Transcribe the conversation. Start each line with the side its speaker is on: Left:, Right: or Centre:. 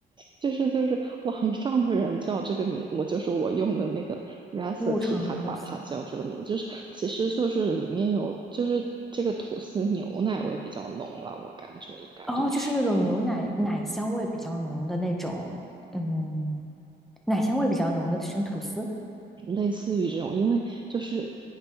Right: 就是就是网上的人叫这个名，我就是我用的那个 recipe，
Centre: 牧场吐司。
Right: 他把它叫这个名，就是其实就是里面有就是这个吐司牛奶味比较浓了，我感觉应该就是。
Centre: 哦，就是那种牛奶奶香味比较浓的那种，嗯，奶香味比较浓的生吐司。
Right: 类似于这种，因为就是